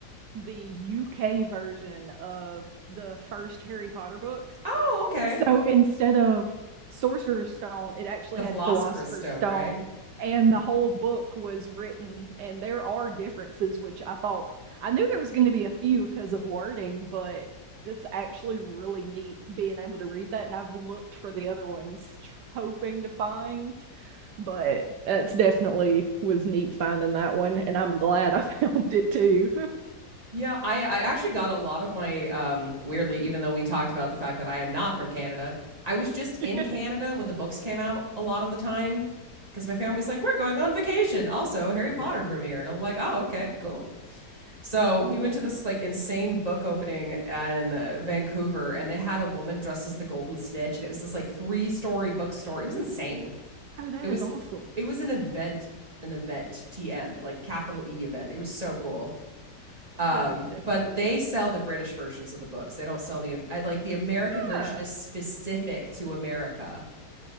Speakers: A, on the right; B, on the right.
A: the UK version of the first Harry Potter book.
B: Oh, okay.
A: So instead of Sorcerer's Stone, it actually
B: The Philosopher's
A: had Philosopher's
B: Stone,
A: Stone,
B: right?
A: and the whole book was written. And there are differences, which I thought I knew there was going to be a few because of wording, but that's actually really neat being able to read that. And I've looked for the other ones, hoping to find, but it's definitely was neat finding that one. And I'm glad I <laughs> found it too.
B: Yeah, I I actually got a lot of my um weirdly even though we talked about the fact that I am not from Canada, I was just in
A: <laughs>
B: Canada when the books came out a lot of the time because my family's like we're going on vacation. Also, Harry Potter premiere and I'm like, "Oh, okay, cool." So, we
A: Mm.
B: went to this like insane book opening in uh, Vancouver and they had a woman dressed as the Golden Snitch and it was this like three-story bookstore. It was insane.
A: Oh, that
B: It was
A: is awesome.
B: it was an event, an event, TM, like capital E event. It was so cool. Um,
A: That is definitely
B: but
A: neat.
B: they sell the British versions of the books. They don't sell the like the American version
A: Yeah.
B: is specific to America.